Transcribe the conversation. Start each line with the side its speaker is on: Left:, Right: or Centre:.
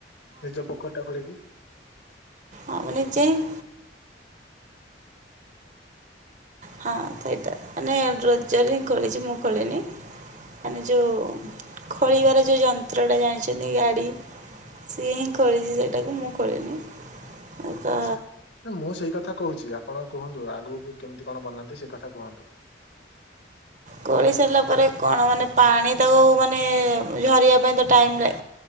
Left: ନିଜ ପୋଖରୀ ଟା ଖୋଳିକି
Right: ଆ ନିିଜେ ହିଁ ହଁ ସେଇଟା ମାନେ ଡ୍ରୋଜର ହିଁ ଖୋଳିଛି। ମୁଁ ଖୋଳିନି ମାନେ ଯୋଉ ଖୋଳିବାର ଯେଉଁ ଯନ୍ତ୍ରଟା ଜାଣିଛନ୍ତି ଗାଡ଼ି ସିଏ ହିଁ ଖୋଳିଛି ସେଇଟାକୁ ମୁଁ ଖୋଳିନି ତ
Left: ଆଚ୍ଛା ନା ମୁଁ ସେଇ କଥା କହୁଛି ଆ ଆପଣ କୁହନ୍ତୁ ଆଗକୁ କେମିତି କଣ ବନାନ୍ତି ସେ କଥା କୁହନ୍ତୁ।
Right: ଖୋଳି ସାରିଲା ପରେ କଣ ମାନେ ପାଣି ତାକୁ ମାନେ ଝରିବା ପାଇଁ ତ ଟାଇମ ଲାଗେ